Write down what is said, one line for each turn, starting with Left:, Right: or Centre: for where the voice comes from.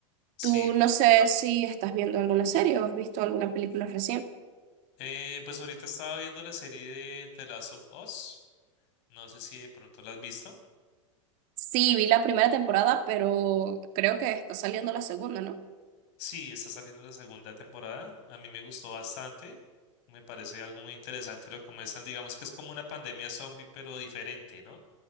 Left: Sí,
Right: Tú no sé si estás viendo alguna serie o has visto alguna película recién.
Left: Eh, pues ahorita estaba viendo la serie de The Last of Us, no sé si de pronto la has visto.
Right: Sí, vi la primera temporada, pero creo que está saliendo la segunda, ¿no?
Left: Sí, está saliendo la segunda temporada, a mí me gustó bastante, me parece algo muy interesante lo como muestran, digamos que es como una pandemia zombie pero diferente, ¿no?